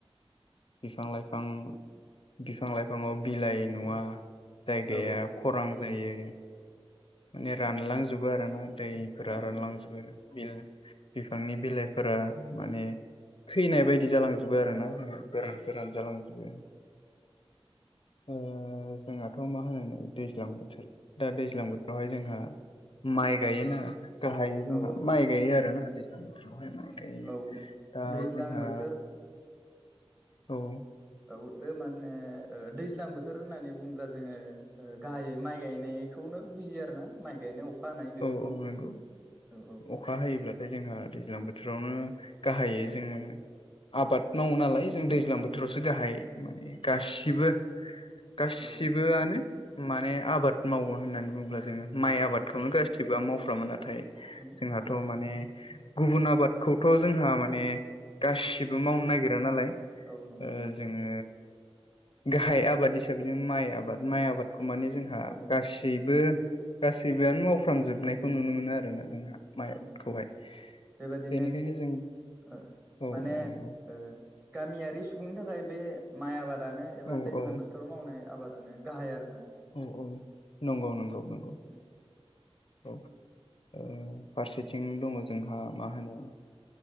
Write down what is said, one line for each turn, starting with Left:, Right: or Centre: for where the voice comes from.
Left: बिफां लाइफां बिफां लाइफाङाव बिलाइ नुवा जायगाया
Right: औ
Left: खरां जायो माने रानलांजोबो आरोना दैफोरा
Right: औ
Left: रानलांजोबो
Right: औ
Left: बेयो बिफांनि बिलाइफोरा माने थैनाय बायदि जालांजोबो
Right: नंगौ
Left: आरोना
Right: नंगौ
Left: गोरान गोरान जालांजोबो। ओ जोंहाथ' मा होनो नै दैज्लां बोथोर दा दैज्लां बोथोरावहाय जोंहा माय गायोना गाहाय जोंहा
Right: औ
Left: माइ गायो आरोना दैज्लां बोथोरावहाय माइ
Right: औ
Left: गायो
Right: औ
Left: दा
Right: दैज्लां
Left: जोंहा
Right: बोथोर
Left: औ औ।
Right: औमाने ओ दैज्लां बोथोर होननानै बुङोब्ला जोङो ओ गाहायै माइ गायनाय बेखौनो बुजियो आर ना माइ गायनाय अखा हानाय बेफोरखौनो
Left: औ औ
Right: बुजियो
Left: नंगौ
Right: औ औ।
Left: अखा हायोब्लाथाय जोंहा दैज्लां बोथोरावनो गाहायौ जोंडो आबाद मावो नालाय जों दैज्लां बोथोरावसो गाहाय माने गासिबो गासिबोआनो
Right: औ
Left: माने आबाद मावो होननानै बुङोब्ला जोङो माइ
Right: औ
Left: आबादखौनो गासिबो खेतिबा मावफ्रामोन नाथाय
Right: औ
Left: जोंहाथ' माने गुबुन आबादखौथ' जोंहा माने गासिबो मावनो नागिरा नालाय।
Right: औ नंगौ
Left: ओ
Right: नंगौ
Left: जोङो गाहाय आबाद हिसाबै जों माइ आबाद माइ आबादखौ माने जोंहा
Right: औ
Left: गासैबो गासैबोआनो मावफ्रामजोबनायखौ नुनो मोनो आरोना जोंहा माइ
Right: औ ओ
Left: आबादखौहाय।
Right: बेबादिनो
Left: बेनिखायनो जों
Right: ओ
Left: औ
Right: माने
Left: औ नंगौ
Right: ओ गामियारि सुबुंनि थाखाय बे माइ आबादानो एबा
Left: औ
Right: दैज्लां
Left: औ
Right: बोथोराव। मावनाय आबादानो गाहाय आरो ना।
Left: औ औ नंगौ नंगौ नंगौ।
Right: <inaudible>
Left: औ ओ फारसेथिं दङ जोंहा मा होनो